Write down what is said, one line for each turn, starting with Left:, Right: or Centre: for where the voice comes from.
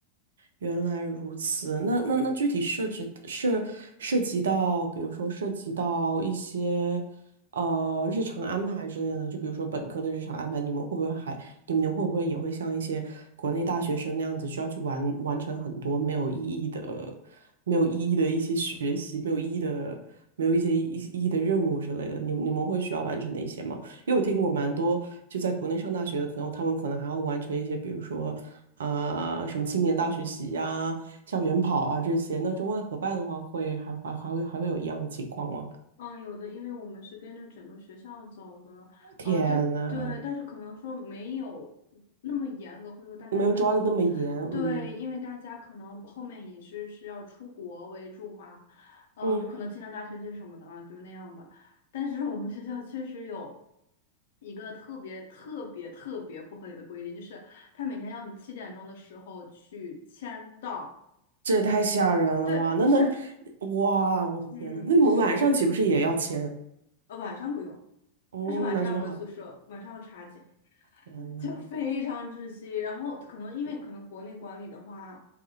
Right: 原来如此，那那那具体涉及涉涉及到，比如说涉及到一些呃日常安排之类的，就比如说本科的日常安排，你们会不会还你们会不会也会像一些国内大学生那样子，需要去完完成很多没有意义的、没有意义的一些学习，没有意义的、没有一些意意义的任务之类的？你你们会需要完成那些吗？因为我听过蛮多就在国内上大学的朋友，他们可能还要完成一些，比如说啊、呃什么青年大学习呀、校园跑啊这些。那中外合办的话会，还还还会还会有一样的情况吗？
Left: 啊，有的，因为我们是跟着整个学校走的，
Right: 天呐，
Left: 啊，对对，但是可能说没有那么严格，或者说大家因为，
Right: 没有抓的那么严，
Left: 对，
Right: 嗯
Left: 因为大家可能后面也是是要出国为主嘛，嗯、
Right: 嗯，
Left: 就可能清华大学些什么的啊，就那样吧。但是我们学校确实有一个特别特别特别不合理的规定，就是他每天要你七点钟的时候去签到，
Right: 这也太吓人了吧？
Left: 对，
Right: 那那
Left: 就是
Right: 哇，我的天呐，
Left: 嗯是
Right: 那你们晚上岂不是也要签？
Left: 呃晚上不用。
Right: 嗯，
Left: 但是晚上要回宿舍，
Right: 那就好。
Left: 晚上要查寝。
Right: 天呐，
Left: 就非常窒息。然后可能因为可能国内管理的话，